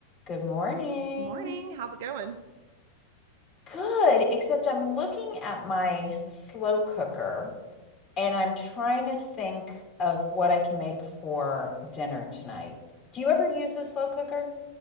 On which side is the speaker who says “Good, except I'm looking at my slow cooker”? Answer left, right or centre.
Left